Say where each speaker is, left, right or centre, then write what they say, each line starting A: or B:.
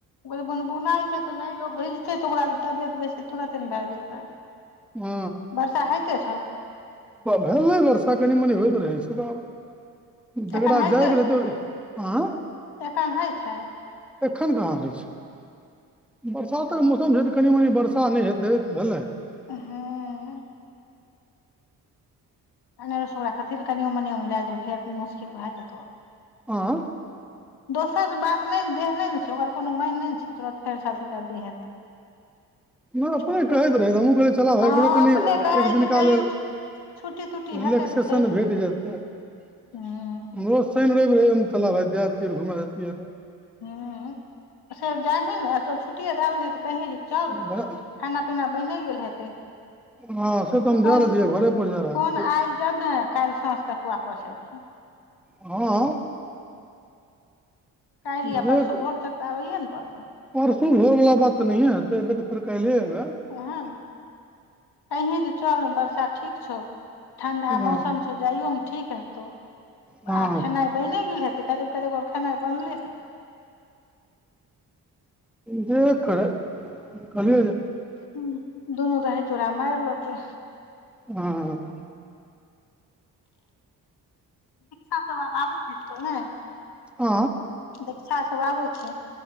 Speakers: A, on the left; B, in the centre.
A: गो बुनबुनाइ छै तऽ नहि ज ओ भुजतै त ओकरा तबियत बेस तुरते ने भए जेतै
B: हू
A: वर्षा होइते छौ।
B: भेलै वर्षा कनि मनि होइत रहै छै त आब झगड़ा
A: एखन होइते
B: जाय
A: छौ
B: तऽ आ
A: एखन होइ छै।
B: एखन कहाँ होइ छै बरसात कऽ मौसम कनि मनी वर्सा नहि हेतै तऽ भेलै।
A: ह ए ओकरा खथि लऽ कनिओ मनिमे लए जेबै फेर मुश्किल भए जेतौ
B: आँ
A: दोसर जे बात नहि ने देह नहि ने छै ओकर कोनो माय नहि ने छै तुरत फेर शादी शादी हेतै।
B: नहि अपने
A: छूट देतै
B: कहैत रहै त हमहूँ कहै चलाबै
A: हँ
B: ओकरो कनि
A: अपने कहै
B: एक दिनका
A: छै कहियो
B: लेल
A: छुट्टी तुट्टी
B: रिल्सन
A: हेतै तऽ चलि जेबै
B: भेट जेतै हमरो।
A: हूं
B: शनि रवि रहै हम तल्ला भाइ दैतै घुम देतियैऽ
A: ह से जाहीमे चल छुट्टी दऽ तऽ कही जे चल
B: तऽ
A: खाना पीना बने गेल हेतै
B: हँ से तऽ हम
A: कोन
B: जा रहल छियै घरे पर जा रहल
A: कोन
B: छियै
A: आइ जमय काल्हि साँझ तक वापस अभि
B: हँ
A: काल्हि
B: जे
A: यऽ परसो भोर तक तऽ आबैये ने पड़तौ
B: परसू भोर बला बात तऽ नहियए हेतै एबै तऽ फेर काल्हिए अयबै
A: ओहन नऽ कहीं जे चल बरसा ठीक छौ ठंडा
B: हँ
A: मौसम छौ जाइयो मऽ ठीक हेतौ
B: हँ
A: आ खेनाइ बनि गेल हेतै केब कीब ओकर खाना बनले हेै
B: जे करेय कल्हिय
A: हू दुनू दही चूरा माय लेतय
B: हँ
A: शिक्षा सभ आब आबै छो कि नेय
B: आ
A: देख्षा सब आबै छै